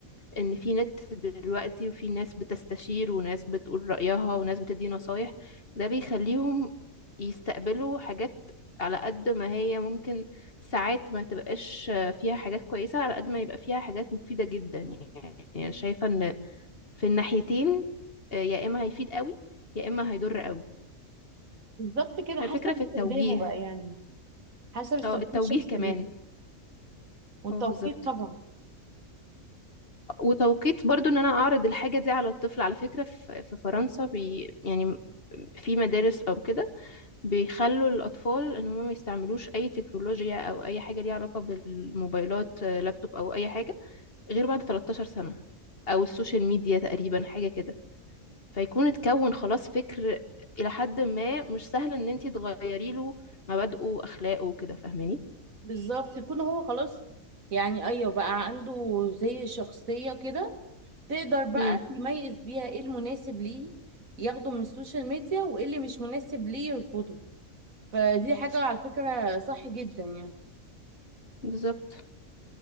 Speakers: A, on the left; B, on the right.
A: ان في نت دلوقتي وفي ناس بتستشير وناس بتقول رأيها وناس بتدي نصايح ده بيخليهم يستقبلوا حاجات على قد ما هي ممكن ساعات ما تبقاش فيها حاجات كويسة على قد ما يبقى فيها حاجات مفيدة جدا يعني أنا شايفة ان في الناحيتين آه، يا اما هيفيد قوي يا اما هيضر قوي
B: بالظبط كده
A: فالفكرة
B: حسب
A: في
B: استخدامه
A: التوجيه
B: بقى يعني حسب استخدام
A: اه التوجيه
B: الشخص
A: كمان
B: ليه والتوقيت
A: اه بالظبط
B: طبعا
A: وتوقيت برضو ان انا اعرض الحاجة دي على الطفل على فكرة في في فرنسا بي يعني في مدارس او كده بيخلوا الاطفال ان هم ما يستعملوش اي تكنولوجيا او اي حاجة ليها علاقة بالموبايلات آه، لابتوب او اي حاجة غير بعد 13 سنة او السوشيال ميديا تقريبا حاجة كده فيكون اتكون خلاص فكر الى حد ما مش سهل ان انتي تغيري له مبادئه واخلاقه وكده فاهماني
B: بالظبط يكون هو خلاص يعني أيوه بقى عنده زي شخصية كده تقدر بقى
A: امم
B: يميز بيها ايه المناسب ليه ياخده من السوشيال ميديا وايه اللي مش مناسب ليه يرفضه فدي حاجة على فكرة صح جدا يعني
A: بالظبط